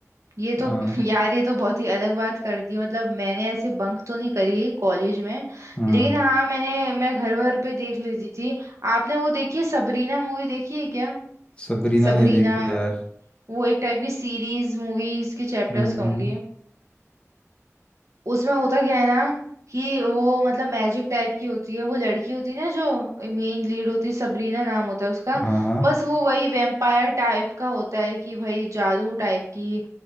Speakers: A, on the right (about 65°); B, on the left (about 20°).
A: ये
B: हाँ
A: तो <laughs> यार ये तो बहुत ही अलग बात कर दी मतलब मैंने ऐसे बंक तो नहीं करी कॉलेज में
B: हम्म
A: लेकिन हाँ मैंने मैं घर वर पे देख लेती थी आपने वो देखी है सबरीना मूवी देखी है क्या
B: सबरीना
A: सबरीना
B: नहीं देखी यार
A: वो एक टाइप की सीरीज मूवीज की चैप्टर्स
B: हाँ
A: कहूंगी
B: हाँ
A: उसमें होता क्या है ना कि वो मतलब मैजिक टाइप की होती है वो लड़की होती है ना जो मेन लीड होती है सबरीना नाम होता है उसका
B: हाँ हाँ,
A: बस वो वही वेम्पायर टाइप का होता है कि भाई जादू टाइप की